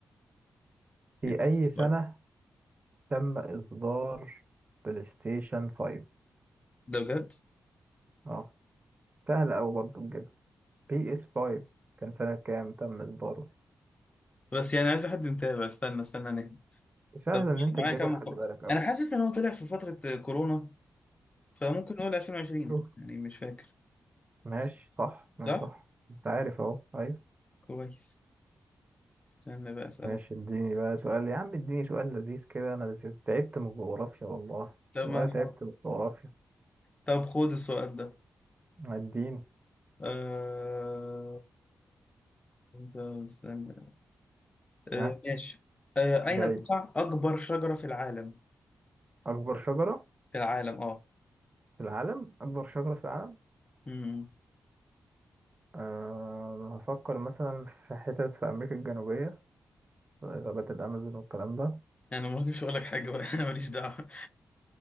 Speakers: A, on the right (about 35°); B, on the left (about 25°).
A: في
B: نتقابل.
A: أي سنة تم إصدار بلاي ستيشن 5
B: ده بجد
A: أه سهل أوي برضو تجيبها بي إس 5 كان سنة كام تم إصداره
B: بس يعني عايز حد متابع استنى استنى نهدى
A: سهل
B: طب
A: إن أنت
B: معايا
A: تجيبها
B: كام محاولة
A: خلي بالك أوي
B: انا حاسس ان هو طلع في فترة كورونا فممكن نقول 2020
A: شوف
B: يعني مش فاكر
A: ماشي صح ماشي
B: صح
A: صح أنت عارف أهو أيوة
B: كويس استنى بقى اسألك
A: ماشي اديني بقى سؤال يا عم اديني سؤال لذيذ كده انا لذيذ. تعبت من الجغرافيا والله
B: طب
A: والله
B: ما نحاول.
A: تعبت من الجغرافيا
B: طب خد السؤال ده
A: اديني
B: أه... طب استنى أه...
A: ها
B: ماشي أه... أين
A: جاي
B: تقع أكبر شجرة في العالم
A: اكبر شجرة
B: في العالم
A: في العالم اكبر شجرة في العالم
B: اه
A: أه هفكر مثلا في حتت في امريكا الجنوبية غابات الامازون والكلام ده
B: انا برضه مش هقول لك حاجه بقى <laughs> انا ماليش دعوه